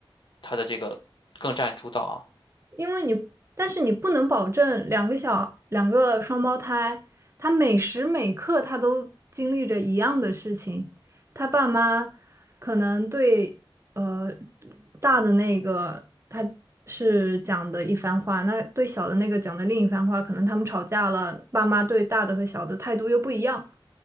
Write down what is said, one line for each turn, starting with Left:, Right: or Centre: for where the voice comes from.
Left: 它的这个更占主导啊。
Right: 因为你，但是你不能保证两个小两个双胞胎，他每时每刻他都经历着一样的事情。他爸妈可能对呃大的那个他是讲的一番话，那对小的那个讲的另一番话，可能他们吵架了，爸妈对大的和小的态度又不一样，